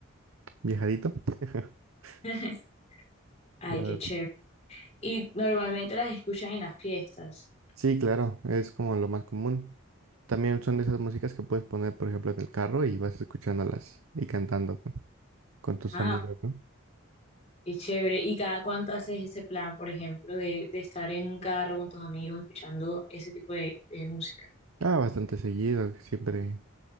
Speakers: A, on the right; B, on the left.
A: viejadito, <laughs>
B: <laughs> Ay,
A: la
B: qué
A: verdad.
B: chévere. Y normalmente las escuchas en las fiestas.
A: Sí, claro, es como lo más común. También son de esas músicas que puedes poner, por ejemplo, en el carro y vas escuchándolas y cantando con, con tus
B: Ah,
A: amigos, ¿no?
B: qué chévere. ¿Y cada cuánto haces ese plan, por ejemplo, de, de estar en un carro con tus amigos escuchando ese tipo de, de música?
A: Ah, bastante seguido, siempre